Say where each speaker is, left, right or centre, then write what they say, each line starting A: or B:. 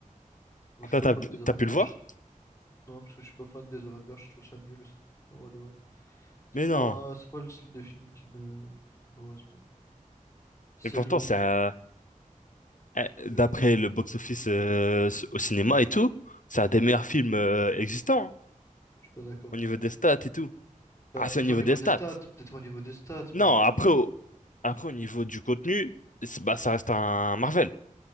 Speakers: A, on the left; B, on the left.
A: Moi, je
B: Toi,
A: suis pas
B: t'as,
A: fan des Avengers.
B: t'as pu le voir?
A: Non, parce que je suis pas fan des Avengers, je trouve ça nul. ça. En vrai de vrai. C'est
B: Mais non.
A: pas... c'est pas le style de film qui me, qui me correspond. C'est
B: Mais pourtant,
A: long.
B: ça, euh,
A: c'est super
B: d'après
A: long.
B: le box-office euh, au cinéma et tout, c'est un des meilleurs films euh, existants hein,
A: Je suis pas d'accord.
B: au niveau des stats et tout.
A: Bah,
B: Ah,
A: peut-être
B: c'est au niveau
A: au niveau
B: des stats.
A: des stats, peut-être au niveau des stats,
B: Non,
A: mais
B: après, Après, au niveau du contenu, c'est- bah, ça reste un Marvel.